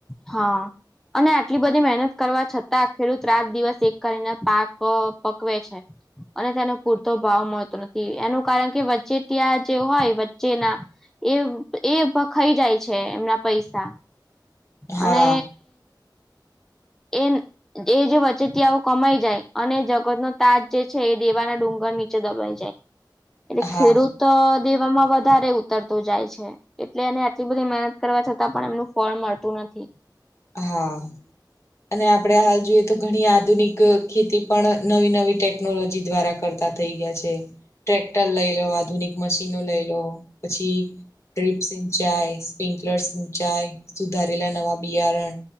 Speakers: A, in the centre; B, on the left.
A: હા અને આટલી બધી મહેનત કરવા છતાં ખેડુત રાત દિવસ એક કરીને પાક પકવે છે. અને તેનો પૂરતો ભાવ મળતો નથી એનું કારણ કે વચ્ચે ત્યા જે હોય વચ્ચેના એ એ ભખાઈ જાય છે એમના પૈસા
B: હા
A: અને એન એ જે વચેટીઓ કમાઈ જાય અને જગતનો તાજ જે છે એ દેવાના ડુંગર નીચે દબાઈ જાય એટલે
B: હા
A: ખેડૂત દેવામાં વધારે ઉતરતો જાય છે. એટલે એને આટલી બધી મહેનત કરવા છતાં પણ એમનું ફળ મળતું નથી
B: હા અને આપડણે હાલ જોઈએ તો ઘણી આધુનિક ખેતી પણ નવી નવી ટેકનોલોજી દ્વારા કરતા. ગયા છે ટ્રેક્ટર લઈ લો આધુનિક મશીનો લઈ લો પછી ડ્રીપ્સ નીચાય સ્પ્રિકલર નીચાય સુધારેલા નવા બિયારણ